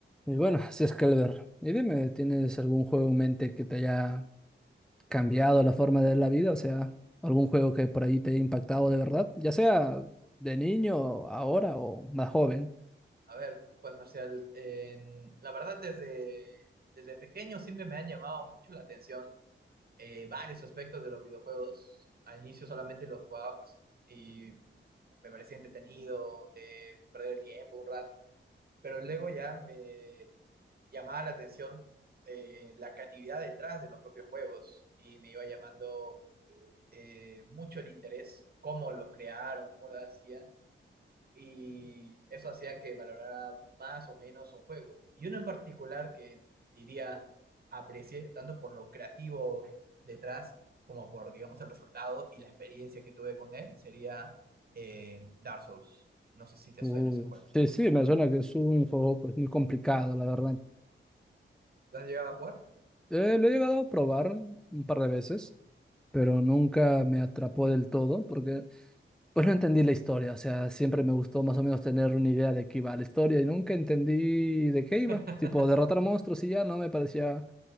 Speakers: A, in the centre; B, on the right.
A: Y bueno, así es, Calver. Y dime, ¿tienes algún juego en mente que te haya cambiado la forma de ver la vida? O sea, algún juego que por ahí te haya impactado de verdad, ya sea de niño, ahora o más joven.
B: A ver, pues Marcial, en- la verdad desde, desde pequeño siempre me han llamado mucho la atención eh, varios aspectos de los videojuegos. Al inicio solamente los jugaba pues, y me parecía entretenido, de perder el tiempo un rato, pero luego ya me llamaba la atención eh, la creatividad detrás de los propios juegos y me iba llamando eh, mucho el interés, cómo los crearon, cómo lo hacían y eso hacía que valorara más o menos un juego. Y uno en particular que diría aprecié tanto por lo creativo detrás como por, digamos, el resultado y la experiencia que tuve con él sería eh, Dark Souls. No sé si te
A: Uy,
B: suena ese juego.
A: sí, sí, me suena que es un juego pues, muy complicado, la verdad.
B: ¿Lo has llegado a jugar?
A: Eh, lo he llegado a probar un par de veces, pero nunca me atrapó del todo, porque Pues no entendí la historia, o sea, siempre me gustó más o menos tener una idea de qué iba la historia y nunca entendí de qué iba.
B: <laughs>
A: Tipo, derrotar monstruos y ya no me parecía